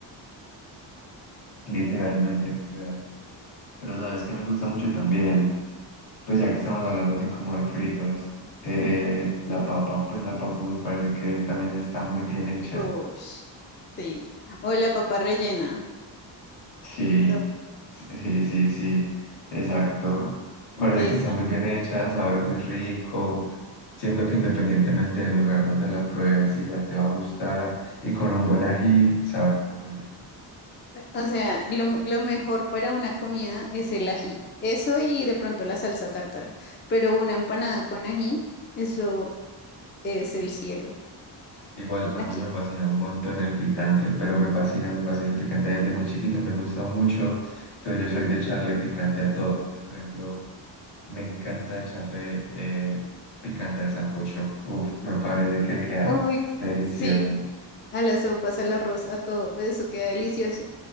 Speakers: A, on the left; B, on the left.
A: literalmente, literal. Pero sabes que me gusta mucho también. Pues ya que estamos hablando así como de fritos, eh, la papa, pues la papa me parece que también está muy bien hecha.
B: Ush, sí. O la papa rellena.
A: Sí,
B: No.
A: sí, sí, sí, exacto. Me parece
B: Esa.
A: que está muy bien hecha, sabe muy rico. Siento que independientemente del lugar donde la pruebes, igual te va a gustar. Y con un buen ají, sabe muy bueno.
B: O sea, lo, lo mejor para una comida es el ají. Eso y de pronto la salsa tártara. Pero una empanada con ají, eso es el cielo.
A: Igual a
B: Aquí.
A: mí me fascina un montón el picante, pero me fascina, me fascina el picante desde muy chiquito, me ha gustado mucho. Entonces yo soy de echarle picante a todo. Entonces, por ejemplo... Me encanta echarle eh, picante al sancocho. Uf, me parece que queda
B: Uy,
A: delicioso.
B: sí. A las sopas, al arroz, a todo. Eso queda delicioso.